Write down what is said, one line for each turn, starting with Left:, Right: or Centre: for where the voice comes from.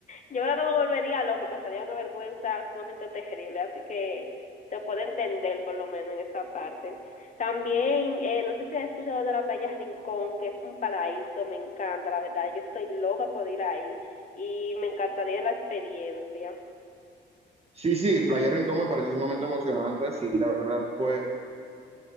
Left: Yo creo que me volvería loco y pasaría una vergüenza sumamente terrible, así que te puedo entender por lo menos en esta parte. También, eh, no sé si has escuchado de la playa Rincón, que es un paraíso, me encanta, la verdad, yo estoy loca por ir ahí y me encantaría la experiencia.
Right: Sí, sí, Playa Rincón me parece sumamente emocionante, sí, la verdad, pues